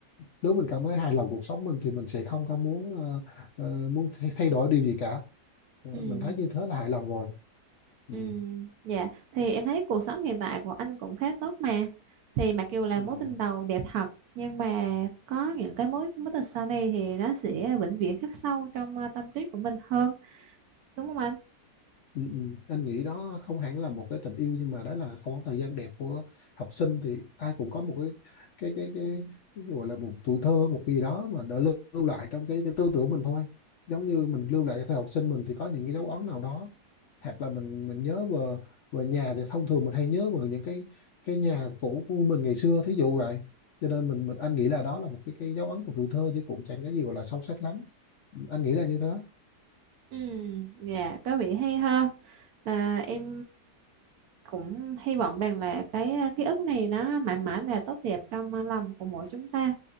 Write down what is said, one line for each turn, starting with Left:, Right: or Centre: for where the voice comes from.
Left: nếu mình cảm thấy hài lòng cuộc sống mình thì mình sẽ không có muốn ờ, ờ, muốn thay thay đổi điều gì cả Ờ,
Right: Ừ,
Left: mình thấy như thế là hài lòng rồi ừ.
Right: ừ, dạ. Thì em thấy cuộc sống hiện tại của anh cũng khá tốt mà. Thì mặc dù là
Left: Ừ.
Right: mối tình đầu đẹp thật nhưng mà có những cái mối mối tình sau này thì nó sẽ vĩnh viễn khắc sâu trong ờ, tâm trí của mình hơn, đúng không anh?
Left: Ừ, ừ. Anh nghĩ đó không hẳn là một cái tình yêu nhưng mà đó là khoảng thời gian đẹp của học sinh thì ai cũng có một cái cái cái cái, cái gọi là một tuổi thơ một cái gì đó mà đã lưu, lưu lại trong cái, cái tư tưởng mình thôi giống như mình lưu lại cái thời học sinh mình thì có những cái dấu ấn nào đó hoặc là mình mình nhớ về về nhà thì thông thường mình hay nhớ về những cái cái nhà cũ của mình ngày xưa thí dụ vậy cho nên mình mình anh nghĩ là đó là một cái cái dấu ấn của tuổi thơ chứ cũng chẳng cái gì gọi là sâu sắc lắm anh nghĩ là như thế
Right: Ừ, dạ có vẻ hay ha. À, em cũng hy vọng rằng là cái à, ký ức này nó mãi mãi là tốt đẹp trong à, lòng của mỗi chúng ta.